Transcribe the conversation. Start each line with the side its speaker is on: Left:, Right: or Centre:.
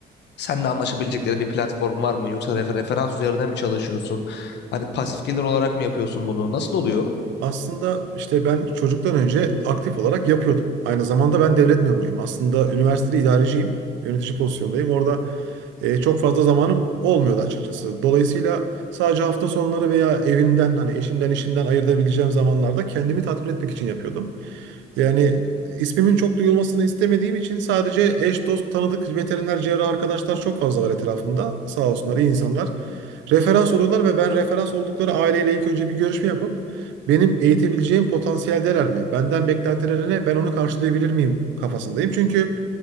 Left: Seninle anlaşabilecekleri bir platform var mı? Yoksa refer- referans üzerine mi çalışıyorsun? Hani pasif gelir olarak mı yapıyorsun bunu? Nasıl oluyor?
Right: Aslında işte ben çocuktan önce aktif olarak yapıyordum. Aynı zamanda ben devlet memuruyum. Aslında üniversitede idareciyim. Yönetici pozisyondayım. Orada e, çok fazla zamanım olmuyordu açıkçası. Dolayısıyla sadece hafta sonları veya evimden hani eşimden işimden ayırabileceğim zamanlarda kendimi tatmin etmek için yapıyordum. Yani ismimin çok duyulmasını istemediğim için sadece eş, dost, tanıdık, veteriner, cerrah arkadaşlar çok fazla var etrafımda. Sağ olsunlar iyi insanlar. Referans oluyorlar ve ben referans oldukları aileyle ilk önce bir görüşme yapıp benim eğitebileceğim potansiyeldeler mi? Benden beklentileri ne? Ben onu karşılayabilir miyim kafasındayım. Çünkü